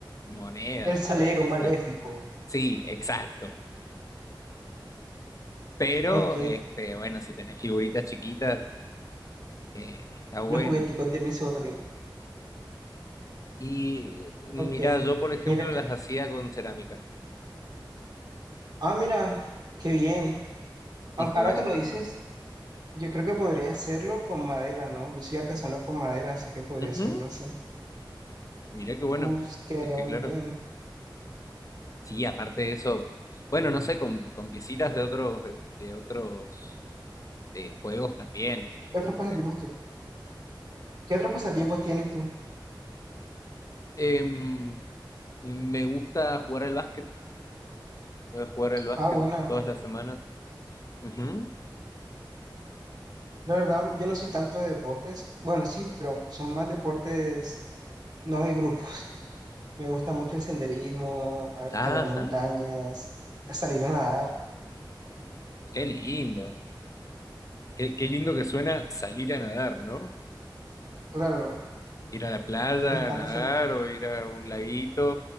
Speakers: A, on the left; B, on the right.
A: monedas
B: El salero
A: o lo que
B: maléfico.
A: fue. Sí, exacto. Pero,
B: Ok,
A: este, bueno, si tenés figuritas chiquitas, eh, está bueno.
B: los jugueticos de mi sobrino.
A: Y mira,
B: Ok,
A: yo por ejemplo
B: mira que...
A: las hacía con cerámica.
B: Ah, mira, qué bien. Aunque
A: Hice
B: ahora
A: varias
B: que lo
A: personas.
B: dices, yo creo que podría hacerlo con madera, ¿no? Yo soy artesano con madera, así que podría
A: Ujú,
B: hacerlo así.
A: Mirá qué bueno.
B: Uf, quedaría
A: Es que
B: muy
A: claro.
B: bien.
A: Sí, aparte de eso, bueno, no sé, con, con piecitas de otros, de otros eh, juegos también.
B: ¿Qué otros pasatiempos
A: O sea,
B: ¿Qué otros pasatiempos tienes tú?
A: em, me gusta jugar al básquet. Voy a jugar al básquet
B: Ah, bueno,
A: todas las semanas. Ujú.
B: la verdad, yo no soy tanto de deportes. Bueno, sí, pero son más deportes no de grupo. Me gusta mucho el senderismo, a escalar
A: Ajá,
B: montañas, a salir a nadar.
A: qué lindo. Qué, qué lindo que suena salir a nadar, ¿no?
B: Claro,
A: Ir a la playa
B: me encanta
A: a nadar
B: salir
A: o ir a un laguito